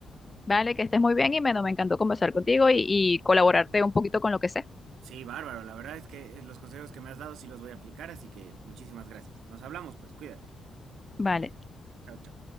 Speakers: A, on the left (about 20°); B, on the right (about 85°).
A: Vale, que estés muy bien, Jimeno. Me me encantó conversar contigo y, y colaborarte un poquito con lo que sé.
B: Sí, bárbaro, la verdad es que los consejos que me has dado sí los voy a aplicar, así que muchísimas gracias. Nos hablamos, pues cuídate.
A: Vale.
B: Chao, chao.